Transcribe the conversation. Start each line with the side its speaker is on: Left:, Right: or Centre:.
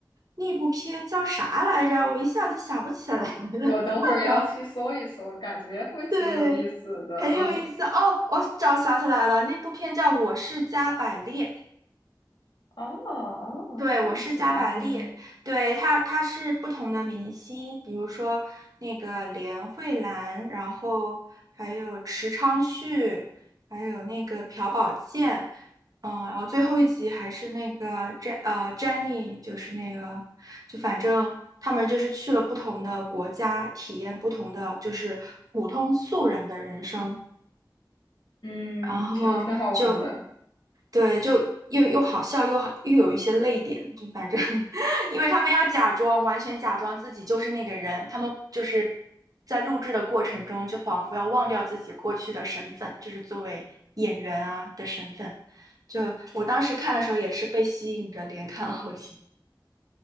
Right: 那部片叫啥来着？我一下子想不起来了。
Left: 我等会儿要去搜一搜，
Right: <laughs> 然后
Left: 感觉会挺有意思的。
Right: 对，很有意思哦，
Left: 嗯，
Right: 我找想起来了，那部片叫《我是加百列》。
Left: 哦哦，
Right: 对，
Left: 这样子，
Right: 我是加百列，
Left: 嗯
Right: 对，他他是不同的明星，比如说那个连慧兰，然后还有池昌旭，还有那个朴宝剑，嗯，然后最后一集还是那个 j 呃 Jenny，就是那个，就反正他们就是去了不同的国家，体验不同的就是普通素人的人生，
Left: 嗯，
Right: 然后就。
Left: 挺挺好玩的。
Right: 对，就又又好笑又好，又有一些泪点，就反正，<laughs> 因为他们要假装，完全假装自己就是那个人，他们就是在录制的过程中，就仿佛要忘掉自己过去的身份，就是作为演员啊的身份。就我当时看的时候也是被吸引着，连看了好几，